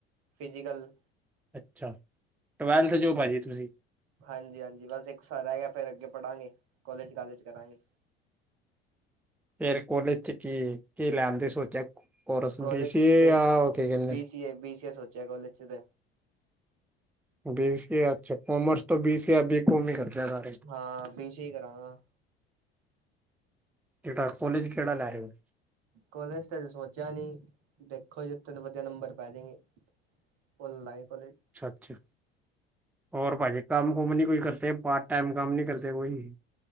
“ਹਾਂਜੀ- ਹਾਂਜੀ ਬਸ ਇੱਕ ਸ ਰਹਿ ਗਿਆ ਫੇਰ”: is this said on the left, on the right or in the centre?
Right